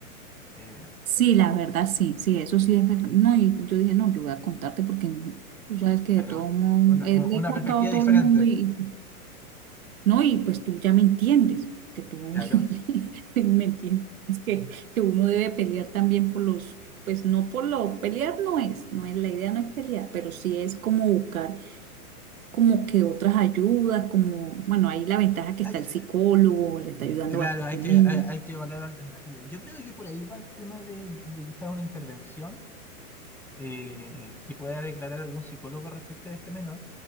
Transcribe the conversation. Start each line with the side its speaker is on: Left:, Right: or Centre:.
Centre: Eh,
Right: sí, la verdad, sí, sí, eso sí es verdad. No, y yo dije, no, yo voy a contarte porque tú sabes que
Centre: claro,
Right: de todo mundo,
Centre: una,
Right: eh,
Centre: una
Right: le he contado
Centre: perspectiva
Right: a todo
Centre: diferente.
Right: el mundo y, y- no, y pues tú ya me entiendes, que tú
Centre: Claro.
Right: <laughs> me entiendes, que, que uno debe pelear también por los, pues no por lo, pelear no es, no es, la idea no es pelear, pero sí es como buscar como que otras ayudas, como, bueno, ahí la ventaja que
Centre: Ay,
Right: está el
Centre: eh,
Right: psicólogo, le está ayudando
Centre: claro,
Right: bastante
Centre: hay
Right: el
Centre: que,
Right: niño.
Centre: hay, hay que evaluar alternativas. Yo creo que por ahí va el tema de, de quizás una intervención eh, que pueda declarar algún psicólogo respecto a este menor,